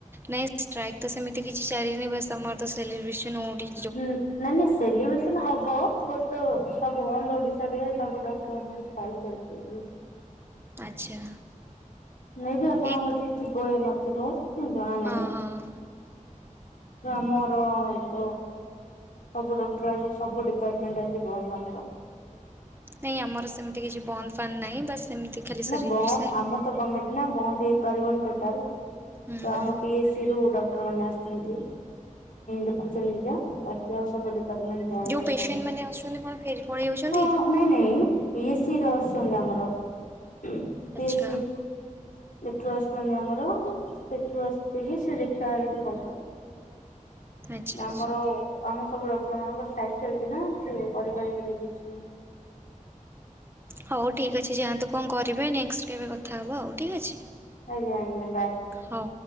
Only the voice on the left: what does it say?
ହୁଁ ନାଇଁ ନାଇଁ ସେଲିବେସନ ହବ। ଗୋଟେ ସବୁ ଅଲ୍ ଓଡିଶାରେ ସବୁ ଡକ୍ଟର ପାଇଁ <unintelligible> ଚାଲିଛି ଏବେ।
ମେଁ ବିି ଆପଣଙ୍କ
ଠିକ୍ ଥିବ କି ନଥିବ। ଜଣା
ନାହିଁ।
ଆମର ତ ସବୁ ଡକ୍ଟର ଆଜି ସବୁ ଡିପାର୍ଟମେଣ୍ଟ ଆଜିି ବନ୍ଦ ଆମର।
ନା
ବନ୍ଦ ଆମର ଗମେଣ୍ଟ ନା ବନ୍ଦ ହେଇପାରିବନି ଟୋଟାଲ୍
ତ
ଆମ ପି ଏସ ସି ଡି ରୁ ଡକ୍ଟର ମାନେ ଛନ୍ତି। ଦେଖୁଛନ୍ତି ଯାହା ବା ସବୁ ଦିପାର୍ଟମେଣ୍ଟ ବନ୍ଦ
ଅଛି
ଆମର।
ହଁ ନାଇଁ ନାଇଁ। ପି ଏସ୍ ୟୁ ରୁ ଆସଛନ୍ତି ଆମର ପି
ଏସ୍ ୟୁ। ସେଠୁ ଆସୁଛନ୍ତି ଆମର। ସେଠୁ ଆସକି ସେ ଦେଖାଦେଖି କର୍
ଆମର
ଆମର ସବୁ ଡକ୍ଟରମାନଙ୍କର ଷ୍ଟ୍ରାଇକ୍ ଚାଲିଛି ନା ସିଏ କରି ପାରିବେନି କିଛି।
ଆଜ୍ଞା ଆଜ୍ଞା ବାଏ।